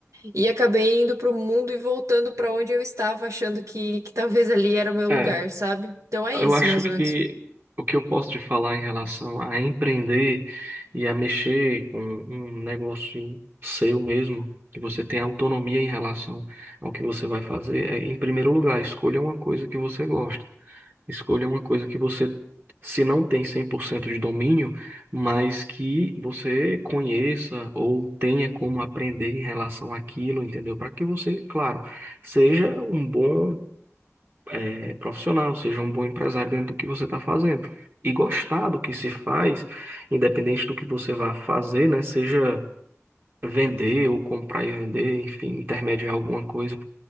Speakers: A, on the right; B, on the right.
A: E acabei indo pro mundo e voltando pra onde eu estava, achando que, que talvez ali era o meu lugar,
B: É.
A: sabe? Então é
B: Eu
A: isso,
B: acho
A: mais
B: que
A: ou menos.
B: o que eu posso te falar em relação a empreender e a mexer com um negócio seu mesmo, que você tem autonomia em relação ao que você vai fazer, é, em primeiro lugar, escolha uma coisa que você gosta. Escolha uma coisa que você, se não tem 100% de domínio, mas que você conheça ou tenha como aprender em relação àquilo, entendeu? Para que você, claro, seja um bom é, profissional, seja um bom empresário dentro do que você está fazendo. E gostar do que se faz, independente do que você vá fazer, né? Seja vender ou comprar e vender, enfim, intermediar alguma coisa,